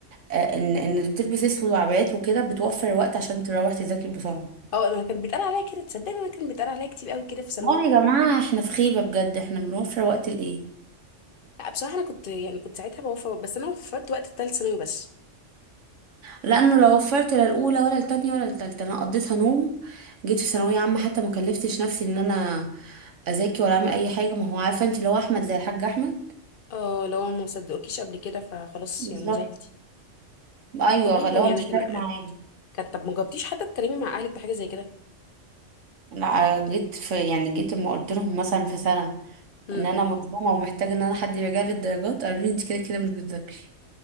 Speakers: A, on the right (about 75°); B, on the left (about 50°).
A: آه ان ان اللي بتلبس اسود وعبايات وكده بتوفر وقت عشان تروح تذاكري بسرعه
B: اه انا كان بيتقال عليا كده تصدقني انا كان بيتقال عليا كتير قوي كده في ثانوي
A: اه يا جماعه احنا في خيبه بجد احنا بنوفر وقت لايه
B: لا بصراحه انا كنت يعني كنت ساعتها بوفى بس انا وفت وقت الثالث ثانوي بس
A: لانه لو وفرت لا الاولى ولا التانية ولا التالتة انا قضيتها نوم جيت في ثانويه عامه حتى ما كلفتش نفسي ان انا اذاكر ولا اعمل اي حاجه ما هو عارفه انت لو احمد زي الحاج احمد
B: اه لو ما صدقوكيش قبل كده فخلاص
A: بالظبط
B: يعني زعلتي
A: ايوه
B: والله
A: لو
B: يعني
A: هو مش
B: انا كان
A: فارق معايا
B: كان طب ما جاوبتيش حتى تتكلمي مع اهلك بحاجه زي كده
A: لا جيت في يعني جيت لما قلت لهم مثلا في سنة
B: امم
A: ان انا مظلومة ومحتاجة ان انا حد يراجع لي الدرجات قالوا لي انت كده كده مش بتذاكري